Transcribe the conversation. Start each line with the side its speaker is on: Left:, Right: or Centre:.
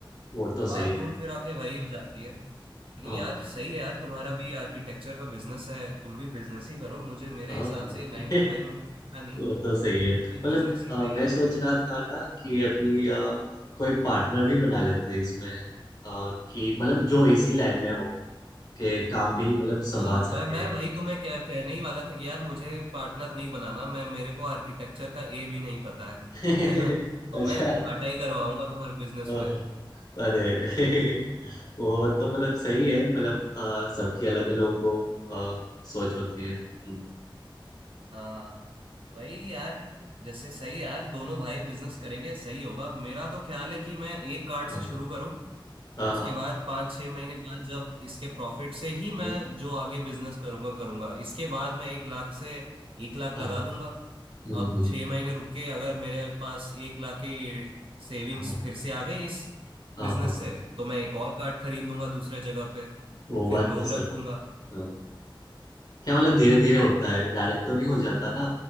Left: वो तो
Right: तो बात
Left: सही
Right: घूम
Left: है
Right: फिरा के वही हो जाती है लेकिन
Left: हाँ
Right: यार सही है यार तुम्हारा भी आर्किटेक्चर का बिजनेस है तुम भी बिजनेस ही करो मुझे मेरे
Left: हाँ
Right: हिसाब से नाइन
Left: <laughs>
Right: टू फाइव में कुछ रखा नहीं
Left: वो तो सही है मतलब
Right: ये बिजनेस ही
Left: अ,
Right: सही
Left: मैं
Right: है
Left: सोच
Right: यार
Left: रहा था ना कि अभी अ, कोई पार्टनर भी बना लेते इसमें अ, कि मतलब जो इसी लाइन में हो के काम भी मतलब संभाल
Right: आ, वह
Left: सके
Right: मैं वही तुम्हें कह, कहने ही वाला था कि यार मुझे पार्टनर नहीं बनाना मैं मेरे को आर्किटेक्चर का ए भी नहीं पता है
Left: <laughs>
Right: <laughs> है ना तो
Left: अच्छा
Right: मैं घाटा ही करवाऊंगा तुम्हारे बिजनेस
Left: अ,
Right: में
Left: अरे <laughs> वो तो मतलब सही है मतलब अ, सबकी अलग अलग वो अ, सोच होती है हम्म,
Right: हाँ वही यार जैसे सही है यार दोनों भाई बिजनेस करेंगे सही होगा मेरा तो ख्याल है कि मैं एक कार्ड
Left: हाँ
Right: से शुरू करूं
Left: हाँ
Right: उसके
Left: हाँ
Right: बाद पाँच छः महीने बाद जब इसके प्रॉफिट से ही मैं
Left: हम्म,
Right: जो आगे बिजनेस करूंगा करूंगा इसके बाद मैं एक लाख से एक लाख
Left: हाँ
Right: लगा दूंगा
Left: हम्म
Right: अब
Left: हम्म,
Right: छः महीने रुक के अगर मेरे पास एक लाख की सेविंग्स
Left: हाँ
Right: फिर से आ गई इस
Left: हाँ
Right: बिजनेस
Left: हाँ
Right: से तो मैं एक और कार्ड खरीद लूंगा दूसरे जगह पे
Left: वो
Right: फिर
Left: बात
Right: लोग
Left: तो
Right: रखूंगा
Left: सर हाँ। क्या मतलब धीरे धीरे होता है डायरेक्ट तो नहीं हो जाता ना